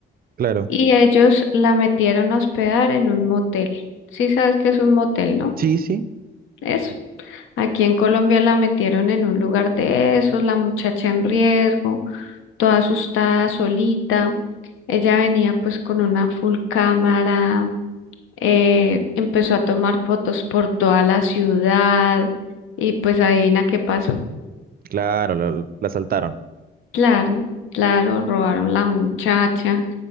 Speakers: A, on the right; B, on the left.
A: Claro.
B: Y ellos la metieron a hospedar en un motel. Sí sabes que es un motel, ¿no?
A: Sí, sí,
B: Eso. Aquí en Colombia la metieron en un lugar de esos, la muchacha en riesgo. toda asustada, solita. Ella venía pues con una full cámara, eh, empezó a tomar fotos por toda la ciudad y pues adivina qué pasó.
A: claro, lo, la asaltaron.
B: Claro, claro, robaron la muchacha,